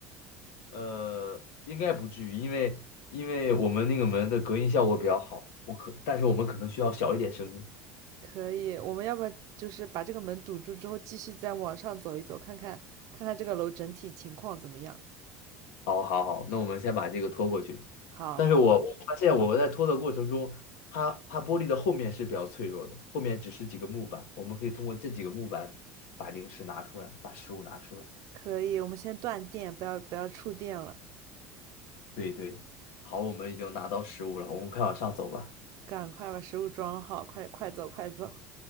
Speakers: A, on the left (about 75°); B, on the right (about 60°).
A: 呃，应该不至于，因为因为我们那个门的隔音效果比较好。我可，但是我们可能需要小一点声音。
B: 可以，我们要不要就是把这个门堵住之后，继续再往上走一走，看看看看这个楼整体情况怎么样？
A: 好，好，好，那我们先把这个拖过去。
B: 好好好，
A: 但是我我发现我在拖的过程中，它它玻璃的后面是比较脆弱的，后面只是几个木板，我们可以通过这几个木板把零食拿出来，把食物拿出来。
B: 可以，我们先断电，不要不要触电了，
A: 对对，好，我们已经拿到食物了，我们快往上走吧。
B: 赶快把食物装好，快快走快走。